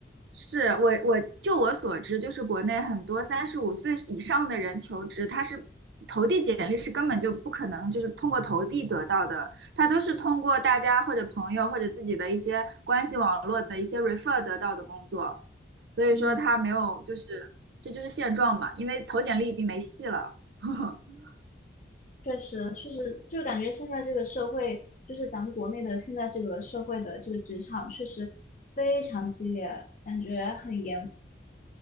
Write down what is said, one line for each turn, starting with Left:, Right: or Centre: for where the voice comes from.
Right: 是我我就我所知，就是国内很多三十五岁以上的人求职，他是投递简历是根本就不可能，就是通过投递得到的，他都是通过大家或者朋友或者自己的一些关系网络的一些 refer 得到的工作，所以说他没有，
Left: 嗯，
Right: 就是这就是现状嘛，因为投简历已经没戏了。<laughs>
Left: 确实，确实，就是感觉现在这个社会，就是咱们国内的现在这个社会的这个职场，确实非常激烈，感觉很严。